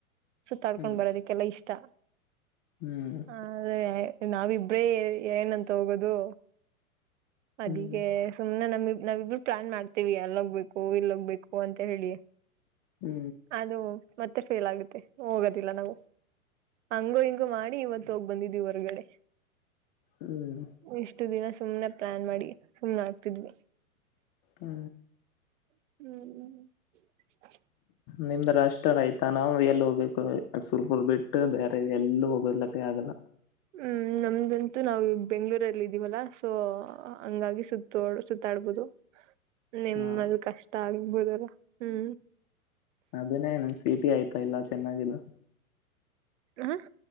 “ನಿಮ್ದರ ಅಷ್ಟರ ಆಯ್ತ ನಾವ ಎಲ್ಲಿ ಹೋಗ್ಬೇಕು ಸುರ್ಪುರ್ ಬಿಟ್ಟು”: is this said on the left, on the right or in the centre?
Left